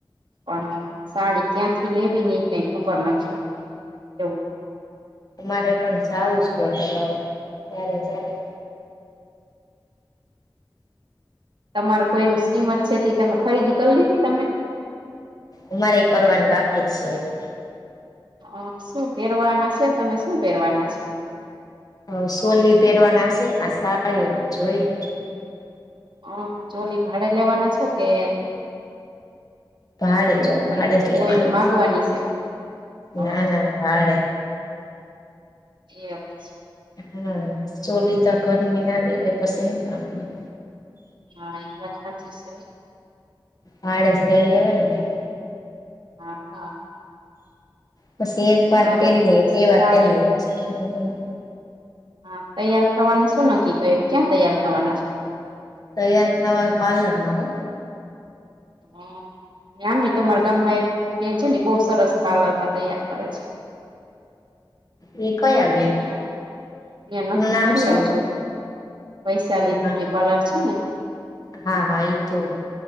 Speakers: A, on the right (about 65°); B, on the left (about 45°).
A: પણ સાડી ક્યાં થી લેવી ને એ ક્યાંય ખબર નથી, એવું.
B: મારે પણ સાવું જ પડશે ન્યા, ત્યારે જાય.
A: તમારે પહિ નું શ્રીમત છે તે તમે ખરીદી કરી લીધી તમે?
B: અમારે એ કરવાની બાકી જ છે હજુ.
A: હ શું પહેરવાના છે તમે શું પહેરવાના છે?
B: હ સોલી પહેરવાના છે આ સાડી જોઈએ.
A: હ ચોલી ભાડે લેવાના છો કે
B: ભાડે જો, ભાડે
A: કે
B: જ લેવાનું,
A: કોઈને માગવાની છે હ
B: ના ના ભાડે.
A: એફ.
B: હા, ચોલી તો ઘર ની ના લેવાય પછી હું કામની.
A: હા, એ વાત સાચી છે હો.
B: ભાડે જ લઈ લેવાય ને એમ.
A: હા, હા.
B: પછી એક વાર
A: મારે
B: પહેરી લે, બે વાર
A: સાડી
B: પહેરી લે પછી થોડું ઘણું
A: હા તૈયાર થવાનું શું નક્કી કર્યું, ક્યાં તૈયાર થવાના?
B: તૈયાર થવા પાર્લરમાં હો.
A: હ ને આમે તમારા ગામમાં એક બેન છે ને બહુ સરસ પાર્લરમાં તૈયાર કરે છે.
B: હ એ કયા બેન,
A: ત્યાં ત્યાં
B: એનું
A: નક્કી
B: નામ
A: કરી
B: શું?
A: આવજો વૈશાલી બ્યુટી
B: હા
A: પાર્લર છે ને.
B: હા હા, એ તો